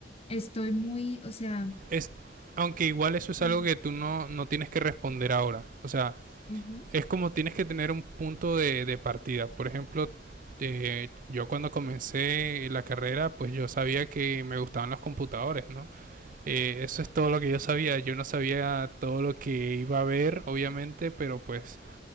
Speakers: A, on the left (about 35°); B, on the right (about 50°).
A: estoy muy, o sea,
B: Es aunque igual eso es
A: ujú,
B: algo que tú no, no tienes que responder ahora. O sea,
A: ujú,
B: es como tienes que tener un punto de, de partida. Por ejemplo, eh, yo cuando comencé la carrera, pues yo sabía que me gustaban los computadores, ¿no? Eh, eso es todo lo que yo sabía. Yo no sabía todo lo que iba a ver, obviamente, pero pues